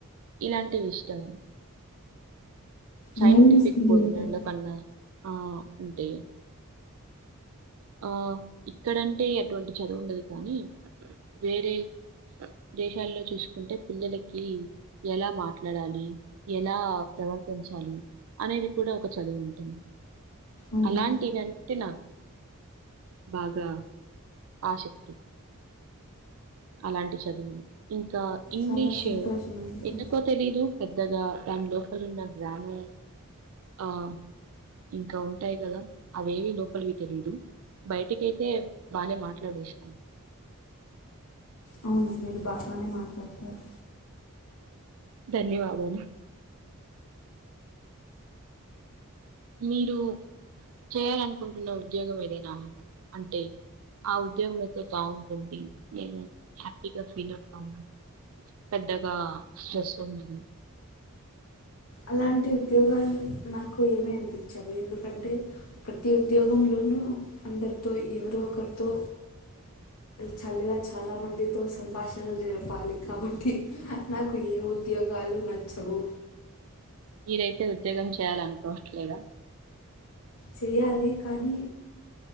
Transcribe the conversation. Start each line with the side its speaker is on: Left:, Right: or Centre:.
Right: ఇలాంటివి ఇష్టం సైన్ంటిఫక్
Left: వాల్యూస్కి రిలేటెడ్
Right: పోదున్నా పన్న ఆ అంటంటే ఆ ఇక్కడంటే అటువంటి చదువు ఉండదు కానీ వేరే దేశాల్లో చూసుకుంటే పిల్లలకి ఎలా మాట్లాడాలి ఎలా ప్రవర్తించాలి అనేది కూడా ఒక చదువు ఉంటుంది
Left: అవును
Right: అలాంటివింటేనా బాగా ఆశక్తి అలాంటి చదువులు ఇంకా ఇంగ్లీషు
Left: చాలా సంతోషమైంది
Right: ఎందుకో తెలీదు పెద్దగా దాని లోపల ఉన్న జ్ఞానం ఆ ఇంకా ఉంటాయి కదా అవేవి లోపలివి తెలీదు బయటికి అయితే బానే మాట్లాడేస్తాను
Left: అవును మీరు బాగానే మాట్లాడతారు
Right: ధన్యవాదములు మీరు చేయాలనుకుంటున్న ఉద్యోగం ఏదైనా అంటే ఆ ఉద్యోగం అయితే బాగుంటుంది నేను హ్యాపీగ ఫీల్ అవుతా ఉంట పెద్దగా స్ట్రెస్సుండదు
Left: అలాంటి ఉద్యోగాలు నాకు ఏమి అనిపించవు ఎందుకంటే ప్రతి ఉద్యోగంలోనూ అందరితో ఎవరో ఒకరితో చల్లిగా చాలా మందితో సంభాషణలు జరపాలి కాబట్టి నాకు ఏ ఉద్యోగాలు నచ్చవు
Right: మీరైతే ఉద్యోగం చేయాలనుకోవట్లేదా
Left: చెయాలి కానీ